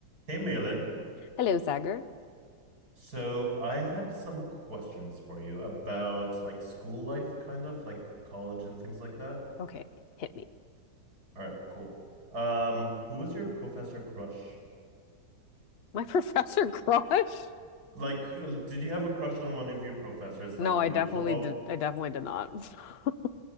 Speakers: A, on the right (about 50°); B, on the left (about 65°).
A: Hey, Malin.
B: Hello, Sagar.
A: So I had some questions for you about like school life, kind of like college and things like that.
B: Okay, hit me.
A: All right, cool. Um, who was your professor crush?
B: My professor <laughs> crush?
A: Like, uh, did you have a crush on one of your professors
B: No,
A: like you?
B: I definitely
A: So, oh,
B: did. I definitely did not. <laughs>